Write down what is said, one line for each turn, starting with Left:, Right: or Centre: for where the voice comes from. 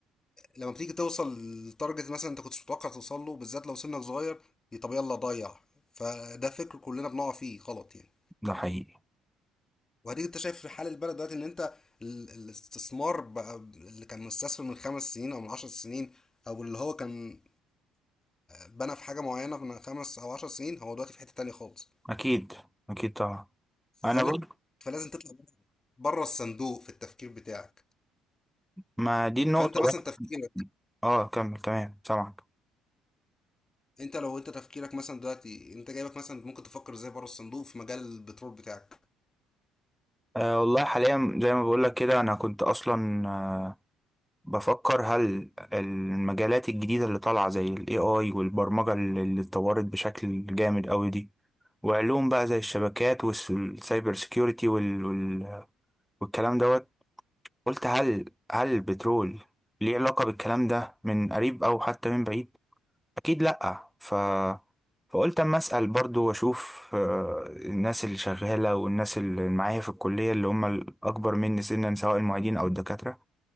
Left: لما بتيجي توصل لتارجت مثلا انت كنتش متوقع توصل له بالذات لو سنك صغير ي- طب يلا ضيع فده فكر كلنا بنقع فيه غلط يعني
Centre: ده حقيقي
Left: وهديك انت شايف في حال البلد دلوقتي ان انت ال- الاستثمار بقى اللي كان مستثمر من خمس سنين او من عشر سنين او اللي هو كان بنى في حاجه معينه من خمس او عشر سنين هو دلوقتي في حته تانية خالص
Centre: اكيد اكيد طبعا انا
Left: فلازم
Centre: برضه
Left: فلازم تطلع بره الصندوق في التفكير بتاعك
Centre: ما دي النقطه
Left: فانت مثلا
Centre: بقى
Left: تفكيرك
Centre: اه كمل تمام سامعك
Left: انت لو انت تفكيرك مثلا دلوقتي انت جايبك مثلا ممكن تفكر ازاي بره الصندوق في مجال البترول بتاعك
Centre: آه والله حاليا زي ما بقول لك كده انا كنت اصلا آه بفكر هل المجالات الجديده اللي طالعه زي الاي اي والبرمجه اللي اللي اتطورت بشكل جامد قوي دي وعلوم بقى زي الشبكات والسايبر سيكيورتي وال... وال... والكلام دوت قلت هل هل البترول ليه علاقه بالكلام ده من قريب او حتى من بعيد اكيد لا ف فقلت اما اسال برضو واشوف آه، الناس اللي شغاله والناس اللي معايا في الكليه اللي هم الاكبر مني سنا سواء المعيدين او الدكاتره